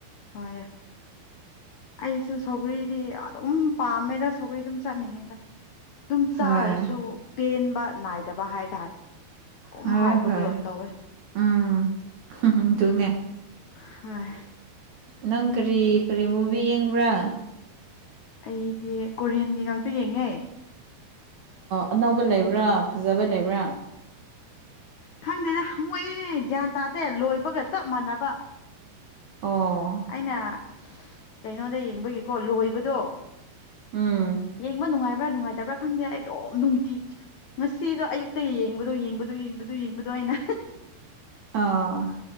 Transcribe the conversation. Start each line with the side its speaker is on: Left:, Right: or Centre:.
Left: ꯍꯣꯏ ꯑꯩꯁꯨ ꯁꯧꯒꯔꯤ ꯗꯤ ꯑꯗꯨꯝ ꯄꯥꯝꯃꯦꯗ ꯁꯧꯒ꯭ꯔꯤ ꯑꯗꯨꯝ ꯆꯠꯅꯤꯡꯉꯦ ꯑꯗꯨꯝ ꯆꯥꯔꯁꯨ
Right: ꯍꯣꯏ
Left: ꯄꯦꯟꯕ ꯅꯥꯏꯗꯕ ꯍꯥꯏꯇꯥꯔꯦ ꯑꯗꯨꯝ
Right: ꯍꯣꯏ
Left: ꯍꯥꯎꯕꯗꯣ
Right: ꯍꯣꯏ
Left: ꯇꯧꯋꯦ
Right: ꯎꯝ ꯊꯨꯅꯦ
Left: ꯍꯣꯏ
Right: ꯅꯪ ꯀꯔꯤ ꯀꯔꯤ ꯃꯨꯚꯤ ꯌꯦꯡꯕ꯭ꯔꯥ
Left: ꯑꯩꯗꯤ ꯀꯣꯔꯤꯌꯥꯟꯒꯤ ꯉꯥꯛꯇ ꯌꯦꯡꯉꯦ
Right: ꯑꯅꯧꯕ ꯂꯩꯕ꯭ꯔꯥ ꯐꯖꯕ ꯂꯩꯕ꯭ꯔꯥ
Left: ꯈꯪꯗꯦꯅꯦ ꯃꯣꯏ ꯒ꯭ꯌꯥꯟ ꯇꯥꯗꯦ ꯂꯣꯏꯕꯒ ꯆꯞ ꯃꯥꯟꯅꯕ
Right: ꯑꯣ
Left: ꯑꯩꯅ ꯀꯩꯅꯣꯗ ꯌꯦꯡꯕꯒꯤꯀꯣ ꯂꯣꯏꯕꯗꯣ
Right: ꯎꯝ
Left: ꯌꯦꯡꯕ ꯅꯨꯡꯉꯥꯏꯕ꯭ꯔꯥ ꯅꯨꯡꯉꯥꯏꯇꯕ꯭ꯔꯥ ꯈꯪꯗꯦ ꯑꯩꯗꯣꯝ ꯅꯨꯡꯇꯤ ꯉꯁꯤꯗꯣ ꯑꯌꯨꯛꯇ ꯌꯦꯡꯕꯗꯣ ꯌꯦꯡꯕꯗꯣ ꯌꯦꯡꯕꯗ ꯌꯦꯡꯕꯗꯣ ꯑꯩꯅ
Right: ꯑꯥ